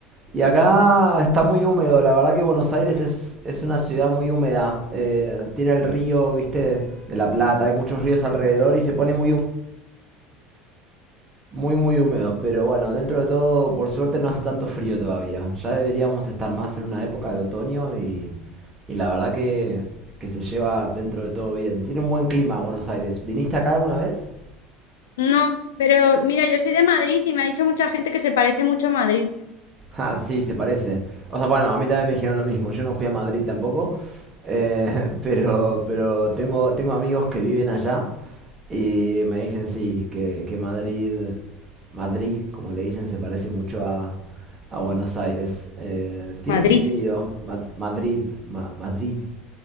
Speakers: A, on the right; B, on the left.
A: Y acá está muy húmedo, la verdad que Buenos Aires es, es una ciudad muy húmeda. Eh, tiene el río, viste, de La Plata, hay muchos ríos alrededor y se pone muy, hú- muy, muy húmedo. Pero bueno, dentro de todo, por suerte no hace tanto frío todavía. Ya deberíamos estar más en una época de otoño y, y la verdad que, que se lleva dentro de todo bien. Tiene un buen clima Buenos Aires. ¿Viniste acá alguna vez?
B: No, pero mira, yo soy de Madrid y me ha dicho mucha gente que se parece mucho a Madrid.
A: <laughs> Ah, sí, se parece. O sea, bueno, a mí también me dijeron lo mismo. Yo no fui a Madrid tampoco, eh, <laughs> pero, pero tengo, tengo amigos que viven allá y me dicen sí, que, que Madrid, Madrid, como le dicen, se parece mucho a, a Buenos Aires. Eh, tiene
B: Madrid.
A: sentido. Ma- Madrid, Ma- Madrid.